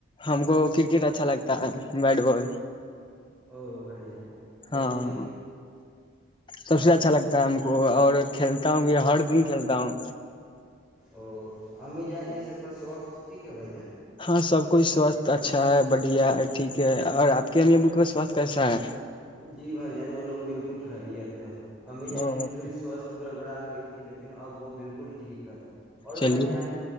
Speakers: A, on the left; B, in the centre.
A: ہم کو کرکٹ اچھا لگتا ہے بیٹ بال
B: او بھائی جان
A: ہاں
B: چلیے
A: سب سے اچھا لگتا ہے ہم کو اور کھیلتا ہوں بھی ہر دن کھیلتا ہوں
B: او امی جان یہ سب کا سوستھ ٹھیک ہے بھ جان
A: ہاں سب کچھ سواستھ اچھا ہے بڑھیا ہے ٹھیک ہے اور آپ کے ہم یہ ب سواستھ کیسا ہے
B: جی بھائی جان وہ لوگ بالکل کھا رہییا تھا امی جانے
A: او
B: تھوڑی سوستھ گڑبڑا گئی تھی لیکن اب وہ بالکل ٹھیک ہے اور
A: چلیے
B: بھائی جان